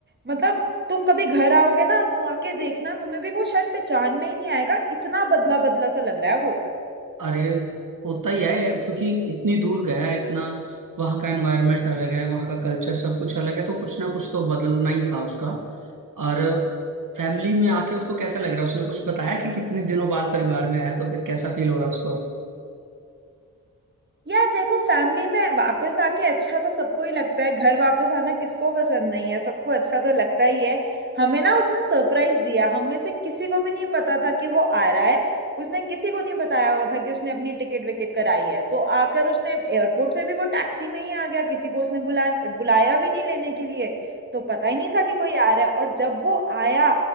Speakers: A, on the right; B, on the right.
A: मतलब तुम कभी घर आओगे ना तो आके देखना तुम्हें भी वो शायद पहचान में ही नहीं आएगा इतना बदला बदला सा लग रहा है वो
B: अरे होता ही है क्योंकि इतनी दूर गया है इतना वहाँ का एनवायरनमेंट अलग है वहाँ का कल्चर सब कुछ अलग है तो कुछ ना कुछ तो बदलना ही था उसका और फैमिली में आके उसको कैसा लग रहा है उसने कुछ बताया कि कितने दिनों बाद परिवार में आया तो फिर कैसा फील हो रहा है उसको
A: यार देखो फैमिली में वापस आके अच्छा तो सबको ही लगता है घर वापस आना किसको पसंद नहीं है सबको अच्छा तो लगता ही है हमें ना उसने सरप्राइज दिया हम में से किसी को भी नहीं पता था कि वो आ रहा है उसने किसी को नहीं बताया हुआ था कि उसने अपनी टिकट विकेट कराई है तो आकर उसने एयरपोर्ट से भी वो टैक्सी में ही आ गया किसी को उसने बुला बुलाया भी नहीं लेने के लिए तो पता ही नहीं था कि कोई आ रहा है और जब वो आया